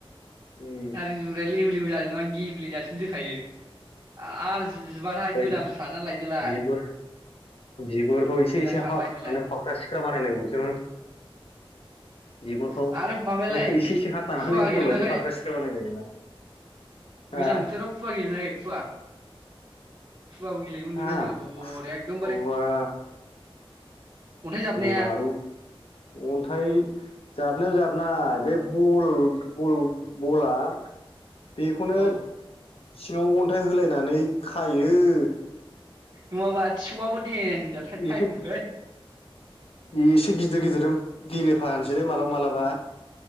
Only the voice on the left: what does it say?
उम
बै
बिगुर बिगुरखौ एसे
एसे
हाख्लानानै
फाख्रा सिख्रा बानायलायबावोसोमोन बिगुरखौ
बैखौ एसे एसे हाख्लानानै
बलबायदि
फाख्रा सिख्रा बानायलायोमोन ना हा
हाब
बा
गिरु बारु अन्थाय जाबनायाना जाब नाय बे बल बल बला बेखौनो।
सिङाव अन्थाइ होलायनानै खायो यो
एसे एसे गिदिर गिदिरजों गेलेफानोसै दै माबलाबा मालाबा।